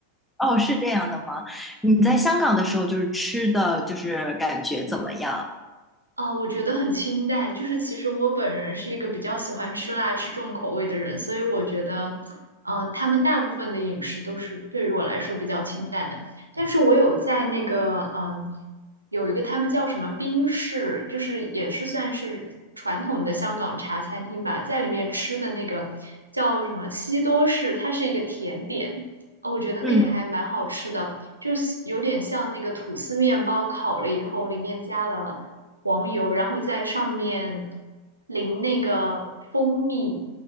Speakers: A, in the centre; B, on the right (about 80°).
A: 哦，是这样的吗？你在香港的时候就是吃的就是感觉怎么样？
B: 啊，我觉得很清淡，就是其实我本人是一个比较喜欢吃辣、吃重口味的人，所以我觉得，嗯、他们大部分的饮食都是对于我来说比较清淡的。但是我有在那个，嗯、有一个他们叫什么冰室，就是也是算是传统的香港茶餐厅吧，在里面吃的那个叫什么西多士，它是一个甜点，呃，我觉得那个还蛮好吃的，
A: 嗯
B: 就是有点像那个吐司面包烤了以后，里面加了。黄油，然后在上面淋那个蜂蜜，